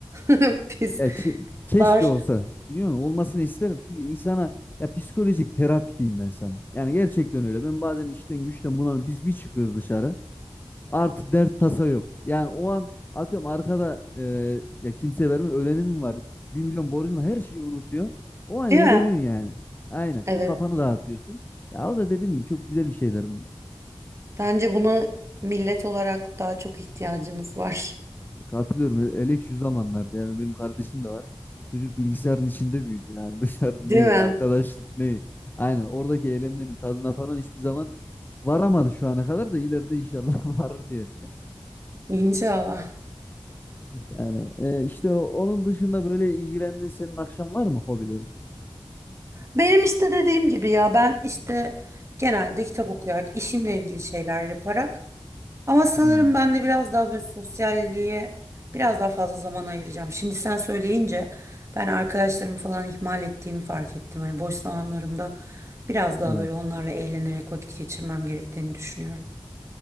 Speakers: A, on the right; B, on the left.
A: <laughs> Biz
B: Ya çe- keşke
A: var
B: olsa. Biliyor musun? Olmasını isterim. Çünkü insana ya psikolojik terapi diyeyim ben sana. Yani gerçekten öyle. Ben bazen işten güçten buna biz bir çıkıyoruz dışarı. Artık dert tasa yok. Yani o an atıyorum arkada e, ya kimse vermiyor. Ölenin mi var? Bir milyon borcun var. Her şeyi unutuyor. O an
A: değil
B: eğleniyorsun
A: mi?
B: yani. Aynen.
A: Evet
B: Bir kafanı dağıtıyorsun. Ya o da dediğim gibi çok güzel bir şeyler bunlar.
A: bence buna millet olarak daha çok ihtiyacımız var.
B: Katılıyorum. Elek şu zamanlarda yani benim kardeşim de var. Çocuk bilgisayarın içinde büyüdü. Yani <laughs> dışarı
A: Değil
B: ne,
A: mi?
B: arkadaşlık ne. Aynen oradaki eğlenmenin tadına falan hiçbir zaman varamadı şu ana kadar da ileride inşallah <laughs> varır diyelim.
A: İnşallah.
B: Yani e, işte o- onun dışında böyle ilgilendiğin senin akşam var mı hobilerin?
A: Benim işte dediğim gibi ya ben işte genelde kitap okuyarak işimle ilgili şeyler yaparak Ama sanırım
B: Hmm,
A: ben de biraz daha böyle sosyalliğe biraz daha fazla zaman ayıracağım. Şimdi sen söyleyince ben arkadaşlarımı falan ihmal ettiğimi fark ettim. Hani boş zamanlarımda biraz daha
B: evet.
A: böyle onlarla eğlenerek vakit geçirmem gerektiğini düşünüyorum.